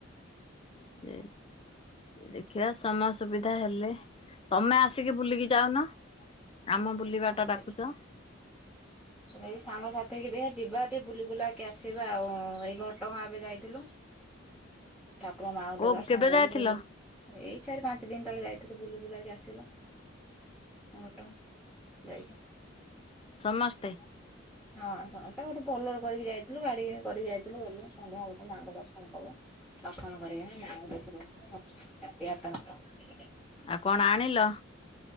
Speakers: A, on the left; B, in the centre.
A: ସେ ଦେଖିବା ସମୟ ସୁବିଧା ହେଲେ ତମେ ଆସିକି ବୁଲିକି ଯାଉନ। ଆମ ବୁଲିବା
B: ହଁ
A: ଟା ଡାକୁଚ।
B: ଦେଖି ଏଇ ସାଙ୍ଗସାଥି ହେଇକି ଦେଖିବା ଯିବା ଟିକେ ବୁଲି ବୁଲାକି ଆସିବା ଆଉ ଏଇ ଘଟଗାଁ ଏବେ ଯାଇଥିଲୁ। ଠାକୁର ମାଆଙ୍କୁ
A: କୋଉ
B: ଟିକେ ଦର୍ଶନ
A: କେବେ
B: କରି
A: ଯାଇଥିଲ
B: ବୁଲି ଏଇ ଚାରି ପାଞ୍ଚ ଦିନ ତଳେ ଯାଇଥିଲୁ ବୁଲି ବୁଲାକି ଆସିଲୁ। ଘଟଗାଁ ଯାଇ ଥିଲୁ।
A: ସମସ୍ତେ।
B: ହଁ ସମସ୍ତେ ଗୋଟେ ବୋଲର କରିକି ଯାଇଥିଲୁ ଗାଡି କରିକି ଯାଇଥିଲୁ ଗଲୁ ସନ୍ଧ୍ୟା ବେଳକୁ ମାଆଙ୍କୁ ଦର୍ଶନ କଲୁ। ଦର୍ଶନ କରିକିନି ମାଙ୍କୁ ଦେଖି ଦେଇକି ରାତି ଆଠ ଟା ନଅ ଟା ବେଳକୁ ଆସି
A: ଆଉ କଣ ଆଣିଲ।